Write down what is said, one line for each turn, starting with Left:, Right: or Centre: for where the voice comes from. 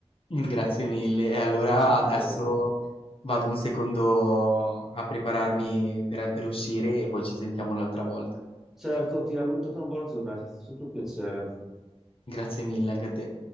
Left: Grazie mille. E allora
Centre: Ma ci mancherebbe.
Left: adesso vado un secondo a prepararmi per, per uscire e poi ci sentiamo un'altra volta.
Centre: Certo, ti auguro tutta una buona giornata, è stato sempre un piacere.
Left: Grazie mille anche a te.